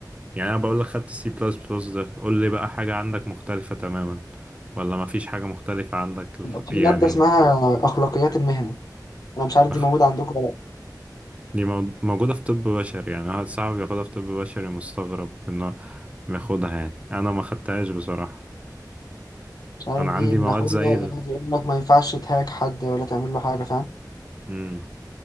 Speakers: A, on the right; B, on the left.
A: يعني انا بقول لك خدت السي بلس بلس ده قول لي بقى حاجة عندك مختلفة تماما ولا ما فيش حاجة مختلفة عندك الف-
B: في
A: يعني
B: ماده اسمها اخلاقيات المهنه انا مش عارف
A: نخ-
B: دي موجوده عندكم ولا لا
A: دي مو- موجودة في طب بشري يعني واحد صاحبي بياخدها في طب بشري مستغرب انه بياخدها يعني انا ما خدتهاش بصراحة
B: مش عارف
A: انا عندي
B: دي بناخدها
A: مواد زي
B: يقعد
A: ال...
B: يقول لك ما ينفعش تهاك حد ولا تعمل له حاجه فاهم
A: مم.